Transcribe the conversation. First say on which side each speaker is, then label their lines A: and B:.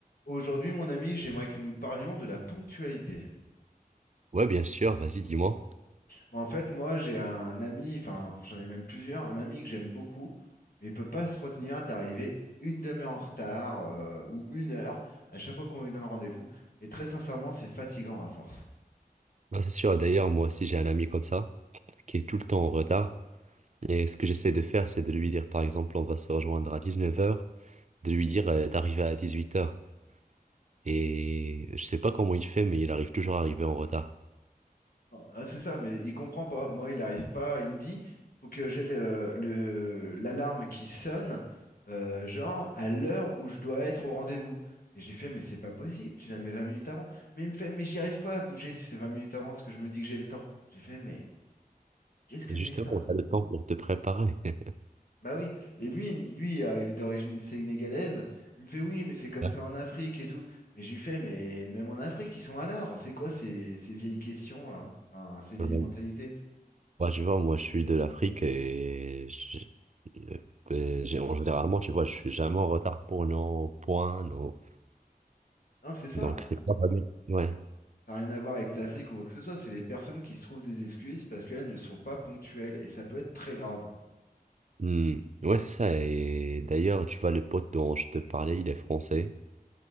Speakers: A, on the left; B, on the right.
A: Aujourd'hui, mon ami, j'aimerais que nous parlions de la ponctualité.
B: Ouais, bien sûr, vas-y, dis-moi.
A: Bah, en fait, moi, j'ai un ami, enfin, j'en ai même plusieurs, un ami que j'aime beaucoup, mais il peut pas se retenir d'arriver une demi-heure en retard euh, ou une heure à chaque fois qu'on lui donne rendez-vous. Et très sincèrement, c'est fatigant à force.
B: Non, C'est sûr, d'ailleurs, moi aussi, j'ai un ami comme ça, qui est tout le temps en retard. Et ce que j'essaie de faire, c'est de lui dire, par exemple, on va se rejoindre à 19 heures de lui dire euh, d'arriver à 18 heures Et je sais pas comment il fait, mais il arrive toujours à arriver en retard.
A: Ah, ah, c'est ça, mais il comprend pas. Moi, il arrive pas. Il me dit, faut que j'ai le, le- l'alarme qui sonne, euh, genre à l'heure où je dois être au rendez-vous. Et j'ai fait, mais c'est pas possible, tu la mets 20 minutes avant. Mais il me fait, mais j'y arrive pas à bouger si c'est 20 minutes avant, parce que je me dis que j'ai le temps. J'ai fait, mais qu'est-ce que
B: Justement,
A: c'est que ça?
B: t'as le temps pour te préparer. <laughs>
A: Bah oui. Et lui, il me- lui, euh, il est d'origine sénégalaise. Il me fait, oui, mais c'est comme
B: Ouais.
A: ça en Afrique et tout. Mais je lui fais, mais même en Afrique, ils sont à l'heure. C'est quoi ces, ces vieilles questions là? Enfin, ces vieilles
B: Ouais,
A: mentalités?
B: Ouais, tu vois, moi, je suis de l'Afrique et je- euh, ben, j'ai- en généralement, tu vois, je suis jamais en retard pour nos points, nos...
A: Non, c'est ça.
B: Donc, c'est pas mal. Ouais.
A: Ça n'a rien à voir avec l'Afrique ou quoi que ce soit, c'est les personnes qui se trouvent des excuses parce qu'elles ne sont pas ponctuelles et ça peut être très grave.
B: Hmm. Ouais, c'est ça. Et d'ailleurs, tu vois, le pote dont je te parlais, il est français,